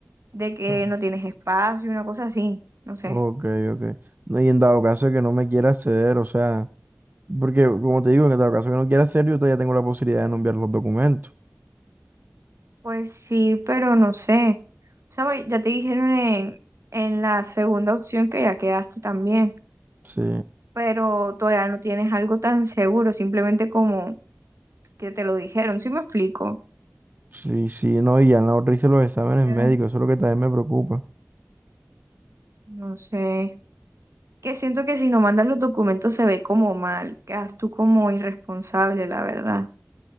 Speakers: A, on the right (about 75°); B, on the right (about 40°).
A: de que
B: no,
A: no tienes espacio, una cosa así, no sé.
B: Ok, ok. No, y en dado caso de que no me quiera acceder, o sea, porque como te digo, en dado caso de que no quiera acceder, yo todavía tengo la posibilidad de no enviar los documentos.
A: Pues sí, pero no sé. O sea, voy- ya te dijeron en, en la segunda opción que ya quedaste también,
B: Sí,
A: pero todavía no tienes algo tan seguro, simplemente como que te lo dijeron, ¿sí me explico?
B: sí, sí, no, y ya en la no hice los exámenes
A: Pues,
B: médicos, eso es lo que también me preocupa.
A: No sé. Que siento que si no mandas los documentos se ve como mal, quedas tú como irresponsable, la verdad.